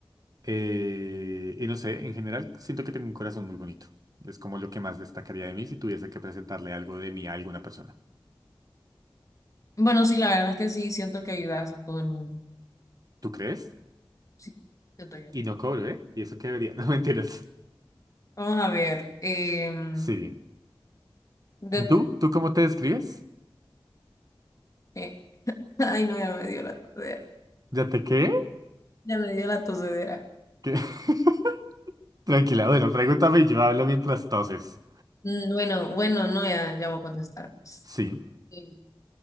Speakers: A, on the right (about 45°); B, on the left (about 40°).
A: eh, y no sé, en general siento que tengo un corazón muy bonito. Es como lo que más destacaría de mí si tuviese que presentarle algo de mí a alguna persona.
B: Bueno, sí, la verdad es que sí, siento que ayudas a todo el mundo.
A: ¿Tú crees?
B: Sí, siento yo.
A: Y no cobro, ¿eh? Y eso que debería. <laughs> No, mentiras.
B: Vamos a ver. em,
A: Sí.
B: de,
A: ¿Tú? ¿Tú cómo te describes?
B: eh, <laughs> ay, no, ya me dio la tosedera.
A: ¿Ya te qué?
B: Ya me dio la tosedera.
A: ¿Qué? <laughs> Tranquila, bueno, pregúntame y yo hablo mientras toses.
B: Mm, bueno, bueno, no, ya, ya voy a contestar. pues.
A: Sí.
B: Sí.